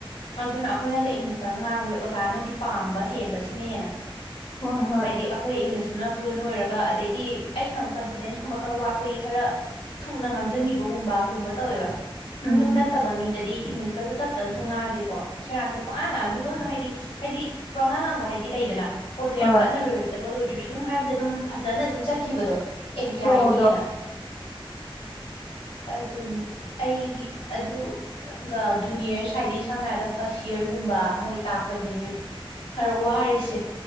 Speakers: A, on the left; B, on the left.
A: ꯑꯗꯨꯅ ꯑꯩꯈꯣꯏꯅꯒ ꯏꯪꯂꯤꯁ ꯏꯪꯂꯤꯁꯇꯒ ꯉꯥꯡꯕꯖꯦ ꯑꯣꯖꯥꯅꯗꯤ ꯄꯥꯝꯕ ꯍꯦꯟꯕ ꯁꯤꯅ ꯍꯦꯟꯅ
B: ꯍꯣꯏ ꯍꯣꯏ
A: ꯍꯥꯏꯗꯤ ꯑꯩꯈꯣꯏ ꯏꯪꯂꯤꯁ <unintelligible> ꯑꯣꯏꯔꯒ ꯑꯗꯩꯗꯤ ꯑꯩꯅ ꯑꯃꯨꯛ ꯀꯟꯐꯤꯗꯦꯟꯁꯀꯨꯝꯕ ꯈꯔ ꯋꯥꯠꯄꯒꯤ ꯈꯔ ꯊꯨꯅ ꯉꯥꯡꯖꯟꯒꯤꯕꯒꯨꯝ ꯀꯨꯝꯕ ꯀꯩꯒꯨꯝꯕ ꯇꯧꯋꯦꯕ ꯑꯗꯨ
B: ꯎꯝ
A: ꯅꯠꯇꯕ ꯃꯤꯗꯗꯤ ꯏꯪꯂꯤꯁꯀꯖꯦ ꯇꯞꯇꯞꯅ ꯁꯨꯝ ꯉꯥꯡꯉꯗꯤꯀꯣ ꯁꯦꯔꯥꯟ ꯇꯨ ꯄꯉꯥꯡ ꯉꯥꯡꯥꯡꯁꯨ ꯑꯗꯨꯝ ꯍꯥꯏꯗꯤ ꯍꯥꯏꯗꯤ ꯄꯉꯥ ꯉꯥꯡꯕ ꯍꯥꯏꯗꯤ ꯂꯩꯗꯅ ꯄꯣꯠꯇꯣ
B: ꯍꯣꯏ
A: ꯌꯥꯝ ꯀꯟꯅ ꯔꯤꯂꯦꯇꯦꯕꯜ ꯑꯣꯏꯗ꯭ꯔꯤꯁꯨ ꯑꯗꯨꯝ ꯍꯥꯏꯕꯗ ꯑꯗꯨꯝ ꯐꯖꯅ ꯑꯗꯨꯝ ꯆꯠꯈꯤꯕꯗꯣ ꯑꯦ
B: ꯐ꯭ꯂꯣꯗꯣ
A: ꯌꯥꯏꯅꯦꯅ ꯑꯗꯨꯅꯤ ꯑꯩꯒꯤ ꯑꯗꯨꯒ ꯖꯨꯅꯤꯌꯔꯁ ꯍꯥꯏꯗꯤ ꯁꯝꯅ ꯍꯥꯏꯗ ꯐꯥꯔꯁ ꯏꯌꯔꯒꯨꯝꯕ ꯃꯣꯏ ꯇꯥꯛꯄꯖꯤꯅꯦ ꯈꯔ ꯋꯥꯔꯤꯁꯦ